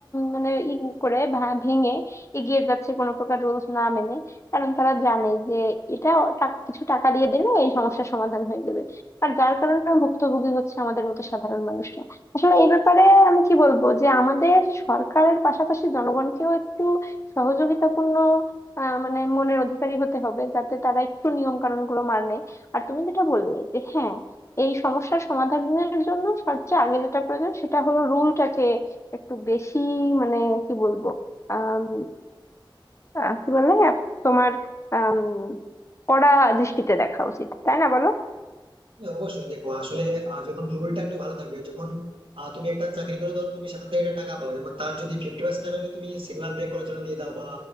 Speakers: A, on the left (about 30°); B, on the right (about 80°).
A: মানে ই করে ভা- ভেঙে এগিয়ে যাচ্ছে কোনো প্রকার রুলস না মেনে কারণ তারা জানে যে এটা টাক- কিছু টাকা দিয়ে দিলে এই সমস্যার সমাধান হয়ে যাবে আর যার কারণে ভুক্তভোগী হচ্ছে আমাদের মতো সাধারণ মানুষ আসলে এই ব্যাপারে আমি কি বলবো যে আমাদের সরকারের পাশাপাশি জনগণকেও একটু সহযোগিতাপূর্ণ আহ, মানে মনের অধিকারী হতে হবে যাতে তারা একটু নিয়ম কানুন গুলো মানে আর তুমি যেটা বললে যে হ্যাঁ এই সমস্যার সমাধানের জন্য সবচেয়ে আগে যেটা প্রয়োজন সেটা হলো রুলটাকে একটু বেশি মানে কি বলবো আম, আহ, কি বলে তোমার আম, কড়া দৃষ্টিতে দেখা উচিত তাই না বলো
B: হ্যাঁ, অবশ্যই দেখো আসলে আহ, যখন রুলটা একটু ভালো থাকবে যখন আহ, তুমি একটা চাকরি করে ধরো তুমি সেখান থেকে একটা টাকা পাও এবং তার যদি ফিফটি পার্সেন্ট টাকা যদি তুমি সিগন্যাল ব্রেক করার জন্য দিয়ে দাও বা